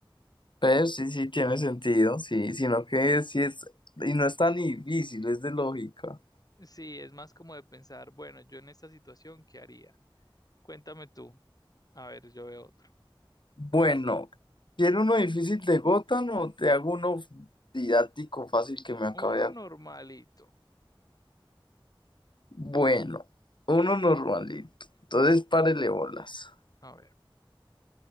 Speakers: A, on the left (about 60°); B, on the left (about 45°).
A: Pero sí, sí, tiene sentido. Sí, sino que sí es. Y no es tan difícil, es de lógica.
B: Sí, es más como de pensar, bueno, yo en esta situación, ¿qué haría? Cuéntame tú. A ver, yo veo otro.
A: Bueno, quiero uno difícil de Gotham o te hago uno didáctico fácil que me acabe
B: Uno
A: de.
B: normalito.
A: ac- Bueno, uno normalito. Entonces, párele bolas.
B: A ver,